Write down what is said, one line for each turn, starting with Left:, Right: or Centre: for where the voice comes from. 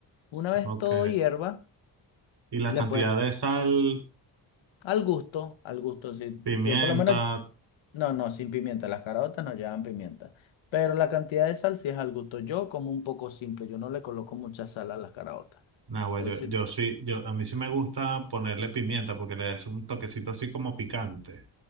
Left: Una vez
Right: Ok,
Left: todo hierva,
Right: y la
Left: le
Right: cantidad
Left: puedes,
Right: de sal.
Left: al gusto, al gusto, sí.
Right: Pimienta,
Left: Yo por lo menos, no, no, sin pimienta, las caraotas no llevan pimienta, pero la cantidad de sal sí es al gusto. Yo como un poco simple, yo no le coloco mucha sal a las caraotas.
Right: nah, güey,
Left: Pero
Right: yo,
Left: si
Right: yo sí, yo, a mí sí me gusta ponerle pimienta porque le das un toquecito así como picante.